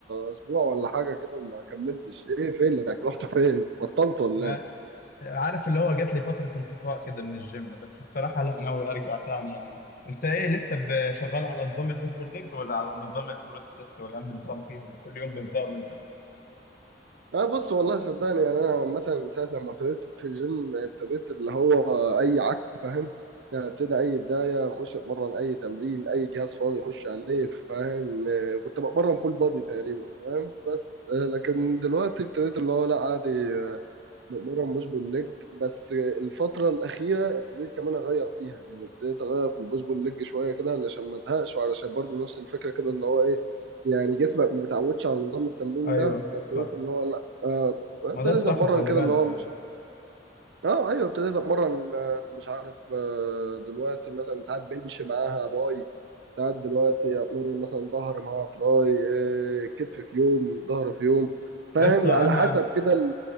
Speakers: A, on the right (about 85°); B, on the left (about 55°).
A: اسبوع ولا حاجه كده وما كملتش ايه فينك رحت فين بطلت ولا
B: ما عارف اللي هو جات لي فترة انطفاء كده من الجيم بس بصراحة لا ناوي أرجع تاني يعني أنت إيه لسه ب- شغال على نظام البوش بول ليج ولا على نظام البروس بليت ولا أنهي نظام فيهم كل يوم بنظام أنت
A: أه بص والله صدقني يعني أنا عامة من ساعة لما ابتديت في الجيم ابتديت اللي هو أي عك فاهم يعني ابتدى أي بداية أخش أتمرن أي تمرين أي جهاز فاضي أخش عليه فاهم أه كنت بتمرن فول بادي تقريبا فاهم بس أه لكن دلوقتي ابتديت اللي هو لا عادي آه، مؤمرة مش بول ليج بس الفترة الأخيرة ابتديت كمان أغير فيها يعني ابتديت أغير في البوش بول ليج شوية كده علشان ما أزهقش وعلشان برضو نفس الفكرة كده اللي هو إيه يعني جسمك ما يتعودش على نظام التمرين
B: أيوه
A: ده فابتديت
B: صح
A: اللي هو لأ آه، ابتديت
B: ما ده الصح
A: أتمرن
B: خلي
A: كده
B: بالك
A: اللي هو
B: يعني
A: مش أه أيوه ابتديت أتمرن آه، مش عارف آه، دلوقتي مثلا ساعات بنش معاها باي ساعات دلوقتي أتمرن مثلا ظهر معاها تراي آه، كتف في يوم ظهر في يوم فاهم
B: يا اسطى
A: على
B: أنا
A: حسب كده